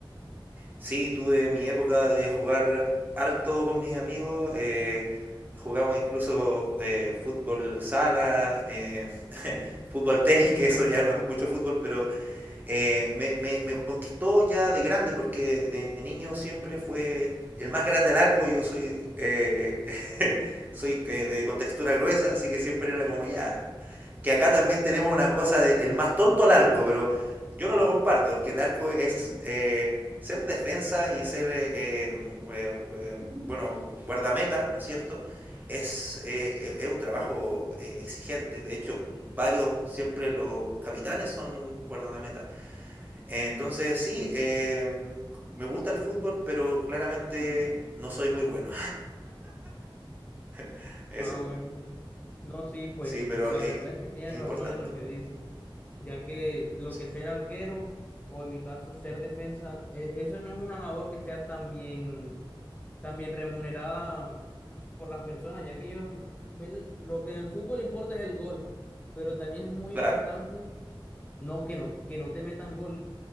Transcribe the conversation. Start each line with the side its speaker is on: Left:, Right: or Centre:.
Right: Sí, tuve mi época de jugar harto con mis amigos. eh, jugamos incluso eh, fútbol sala, eh, <laughs> fútbol tenis, que eso ya no es mucho fútbol, pero eh, me, me, me conquistó ya de grande, porque de niño siempre fue el más grande al arco. Yo soy, eh, <laughs> soy eh, de contextura gruesa, así que siempre era como ya, que acá también tenemos una cosa de el más tonto al arco, pero yo no lo comparto, porque el arco es eh, ser defensa y ser, eh, eh, eh, eh, bueno, guardameta, ¿no es cierto? Es, eh, e, es un trabajo eh, exigente. De hecho, varios, siempre los capitanes son guardameta. Entonces, sí, eh, me gusta el fútbol, pero claramente no soy muy bueno. <laughs> Eso,
Left: Ah, bueno. No, sí, pues
Right: sí, pero
Left: la
Right: eh,
Left: verdad es que tienes
Right: es
Left: razón
Right: importante.
Left: en lo que dice, ya que lo
Right: Sí,
Left: que ser arquero o en mi caso ser defensa, e- eso no es una labor que sea tan bien, tan bien remunerada por las personas, ya que ellos ven lo que en el fútbol importa es el gol, pero también es muy
Right: claro,
Left: importante no, que no, que no te metan gol.